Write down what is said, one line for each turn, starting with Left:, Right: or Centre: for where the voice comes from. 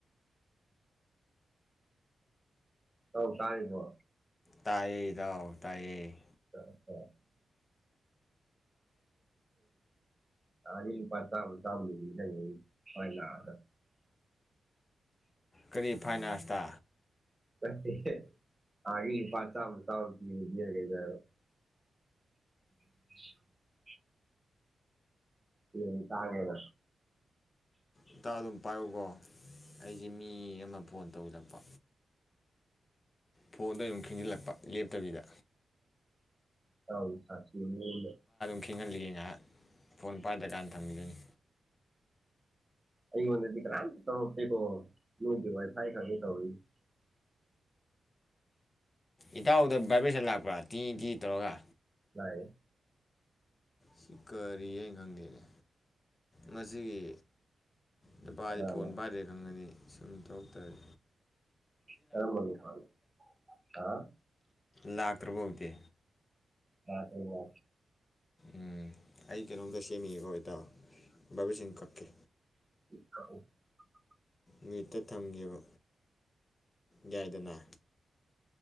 Right: ꯑꯧ꯫ ꯇꯥꯔꯤꯕꯣ꯫
Left: ꯇꯥꯏꯌꯦ ꯏꯇꯥꯎ ꯇꯥꯏꯌꯦ꯫
Right: <unintelligible> ꯑꯩꯗꯤ <unintelligible> ꯆꯥꯃ ꯆꯥꯃꯗꯨ ꯅꯤꯡꯖꯡ ꯉꯛꯏꯅꯤ ꯃꯥꯏ ꯅꯥꯕꯗ꯫
Left: ꯀꯔꯤ ꯐꯥꯏꯟ ꯑꯥꯔ꯭ꯁꯇ꯫
Right: ꯅꯠꯇꯦꯍꯦ ꯅꯍꯥꯟꯒꯩ ꯂꯨꯄꯥꯥ ꯆꯥꯝꯃ ꯆꯥꯝꯃ ꯄꯤꯕꯉꯩꯗꯣ ꯍꯥꯏꯕ꯫ <unintelligible> ꯆꯦꯡ ꯇꯥꯡꯉꯦꯅ꯫
Left: ꯏꯇꯥꯎ ꯑꯗꯨꯝ ꯄꯥꯏꯌꯨꯀꯣ꯫ ꯑꯩꯁꯦ ꯃꯤ ꯑꯃ꯫ ꯐꯣꯟ ꯇꯧꯖꯤꯜꯂꯛꯄ꯫ ꯐꯣꯟꯗꯣ ꯑꯗꯨꯝ ꯈꯤꯡꯖꯤꯜꯂꯛꯄ ꯂꯦꯞꯇꯕꯤꯗ꯫
Right: ꯆꯕꯗꯤ ꯁꯥꯊꯤꯅꯤꯅ꯫
Left: ꯊꯦꯟꯍꯜꯂꯤ ꯅꯥꯕ ꯐꯣꯟ ꯄꯥꯏꯗꯀꯥꯟ ꯊꯝꯈꯤꯗꯣꯏꯅꯦ꯫
Right: ꯑꯩꯉꯣꯟꯗꯗꯤ ꯀꯅꯥꯝꯇ ꯇꯧꯔꯛꯇꯔ꯭ꯦꯀꯣ ꯅꯣꯏꯒꯤ ꯋꯥꯏ_ꯐꯥꯏ ꯀꯥꯏꯗꯨ ꯇꯧꯔꯛ꯫
Left: ꯏꯇꯥꯎꯍꯗ ꯕꯥꯏꯕꯔꯁꯟ ꯂꯥꯛꯄ꯭ꯔꯥ ꯇꯤ ꯇꯤ ꯇꯧꯔꯒ
Right: ꯂꯥꯠꯌꯦ꯫
Left: ꯁꯤ ꯀꯔꯤꯍꯥꯏ ꯈꯪꯗꯦꯅꯦ ꯃ꯫ ꯑꯁꯤꯒꯤ ꯅꯨꯄꯥꯗꯤ
Right: ꯀꯅꯥꯅ
Left: ꯐꯣꯟ ꯄꯥꯏꯗ꯭ꯔꯦ ꯈꯪꯉꯗꯤ꯫ ꯁꯨꯝ ꯇꯧꯔꯛꯇꯣꯔꯦ꯫
Right: ꯀꯔꯝꯕ ꯃꯤꯍꯥꯠꯅꯣ꯫ ꯑꯥ꯫
Left: ꯂꯥꯛꯇ꯭ꯔꯕ ꯍꯧꯗꯦ
Right: ꯌꯥꯗ꯭ꯔꯤꯔꯣ
Left: ꯎꯝ ꯑꯩ ꯀꯩꯅꯣꯝꯗ ꯁꯦꯝꯃꯤ ꯣꯏꯗ ꯚꯕꯤꯁꯤꯡ ꯀꯛꯀꯦ
Right: <inaudible>
Left: ꯃ꯭ꯌꯨꯠꯇ ꯊꯝꯒꯤꯕ ꯌꯥꯏꯗꯅ꯫